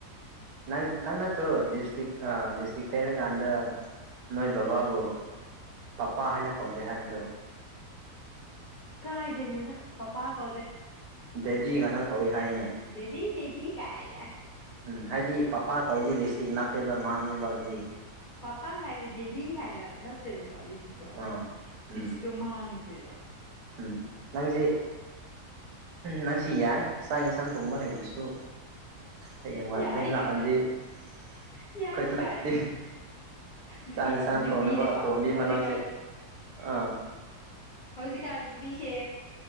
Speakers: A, on the right; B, on the left.
A: ꯅꯪ ꯅꯪ ꯅꯠꯇ꯭ꯔ ꯂꯤꯞ ꯏꯁꯇꯤꯛ ꯂꯤꯞ ꯏꯁꯇꯤꯛ ꯇꯩꯔꯀꯥꯟꯗ ꯅꯣꯏ ꯕꯕꯥꯕꯨ ꯄꯄꯥ ꯍꯥꯏꯅ ꯀꯧꯗꯦ ꯍꯥꯏꯕꯗꯣ
B: ꯀꯥꯏꯗꯩꯅꯣꯗ ꯄꯄꯥ ꯀꯧꯗꯦ
A: ꯗꯦꯗꯤ ꯉꯥꯛꯇꯪ ꯀꯧꯏ ꯍꯥꯏꯅꯦ
B: ꯗꯦꯗꯤ ꯗꯦꯗꯤ ꯀꯥꯏꯅ
A: ꯎꯝ ꯍꯥꯏꯗꯤ ꯄꯄꯥ ꯀꯧꯔꯗꯤ ꯂꯤꯁꯇꯤꯛ ꯅꯞꯄꯦꯕ ꯃꯥꯡꯉꯦꯕ ꯑꯗꯨꯒꯤ
B: ꯄꯄꯥ ꯍꯥꯏꯗꯤꯦ ꯗꯦꯗꯤ ꯍꯥꯏꯅ ꯅꯠꯇꯦꯕꯀꯣ ꯂꯤꯞ ꯏꯁꯇꯤꯛꯇꯣ
A: ꯑꯥ
B: ꯂꯤꯞ
A: ꯎꯝ
B: ꯏꯁꯇꯤꯛꯇꯣ ꯃꯥꯡꯗ꯭ꯔꯦꯕ
A: ꯎꯝ ꯅꯪꯁꯦ ꯅꯪꯁꯨ ꯌꯥꯏ ꯆꯥꯛ ꯌꯦꯟꯁꯥꯡ ꯊꯣꯡꯕ ꯍꯩꯗꯨꯁꯨ ꯍꯌꯦꯡꯋꯥꯏ
B: ꯌꯥꯏ
A: ꯑꯩꯈꯣꯏꯗ
B: ꯀꯥꯏꯅ
A: ꯂꯥꯛꯑꯗꯤ ꯑꯩꯈꯣꯏ
B: ꯌꯥꯏ
A: ꯂꯥꯛꯑꯗꯤ
B: ꯀꯥꯏꯅ ꯅꯨꯄꯤ
A: ꯆꯥꯛ ꯌꯦꯟꯁꯥꯡ
B: ꯅꯨꯄꯤꯗꯤꯀꯣ
A: ꯊꯣꯡꯅꯕ ꯑꯇꯣꯝꯕꯤ
B: ꯍꯧꯖꯤꯛꯀꯥꯟ
A: ꯑꯃ ꯂꯧꯧꯁꯦ ꯑꯥ
B: ꯍꯧꯖꯤꯛꯀꯥꯟ ꯅꯨꯄꯤꯁꯦ